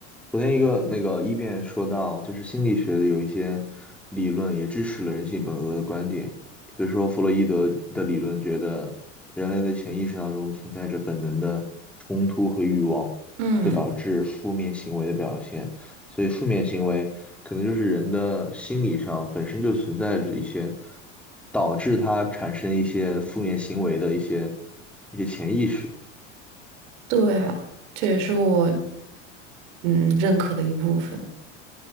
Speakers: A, in the centre; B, on the right.
A: 昨天一个那个一辩说到，就是心理学的有一些理论也支持了人性本恶的观点，比如说弗洛伊德的理论觉得人类的潜意识当中存在着本能的冲突和欲望，
B: 嗯，
A: 这导致负面行为的表现。所以负面行为可能就是人的心理上本身就存在着一些导致他产生一些负面行为的一些一些潜意识。
B: 对啊，这也是我嗯认可的一部分。